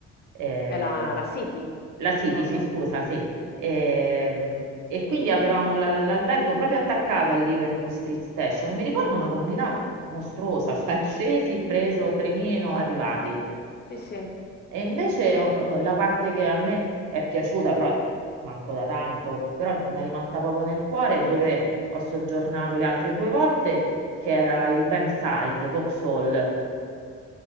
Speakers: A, on the right (about 80°); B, on the left (about 35°).
A: Eh,
B: è la, la City,
A: la City,
B: proprio.
A: sì, scusa, sì. Ehm, E, quindi avevamo la- l'albergo proprio attaccato al Liverpool Street Station. E mi ricordo una comodità mostruosa, cioè <laughs> scesi, preso trenino, arrivati.
B: Sì, sì.
A: E invece eh, la parte che a me è piaciuta, però manco da tanto, però mi è rimasta proprio nel cuore, è dove ho soggiornato le altre due volte, che era il Bankside, Vauxhall,